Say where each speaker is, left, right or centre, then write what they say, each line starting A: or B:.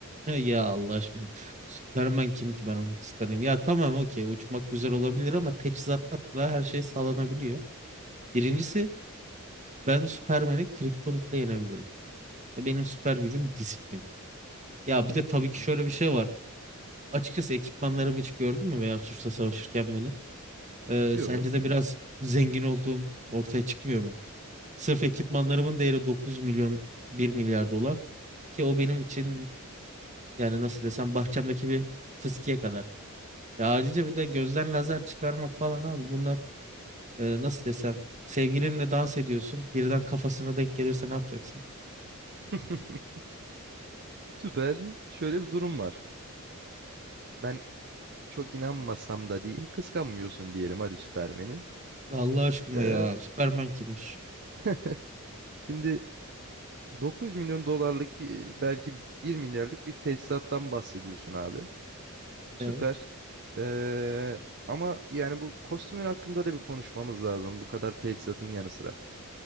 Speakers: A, on the right (about 35°); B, on the right (about 50°).
A: Ne Ya Allah aşkına. Superman kim ki ben onu kıskanayım. Ya tamam okey uçmak güzel olabilir ama teçhizatla her şey sağlanabiliyor. Birincisi ben Superman'i kriptonitle yenebilirim. Ve benim süper gücüm disiplin. Ya bir de tabii
B: Hı
A: ki
B: hı.
A: şöyle bir şey var. Açıkçası ekipmanlarımı hiç gördün mü veya suçla savaşırken beni? Ee,
B: Yok.
A: sence de biraz zengin olduğum ortaya çıkmıyor mu? Sırf ekipmanlarımın değeri 900 milyon bir milyar dolar ki o benim için yani nasıl desem bahçemdeki bir fıskiye kadar. Ya ayrıca bir de gözden lazer çıkarmak falan abi bunlar e, nasıl desem sevgilinle dans ediyorsun birden kafasına denk gelirse ne yapacaksın?
B: <laughs> Süper. Şöyle bir durum var. Ben çok inanmasam da diyeyim kıskanmıyorsun diyelim hadi Süpermen'i.
A: Ya Allah aşkına
B: Ee,
A: ya Superman kimmiş?
B: <laughs> şimdi 900 milyon dolarlık bir belki bir milyarlık bir tesisattan bahsediyorsun abi. Süper.
A: Evet.
B: Ee, ama yani bu kostümün hakkında da bir konuşmamız lazım bu kadar tesisatın yanı sıra.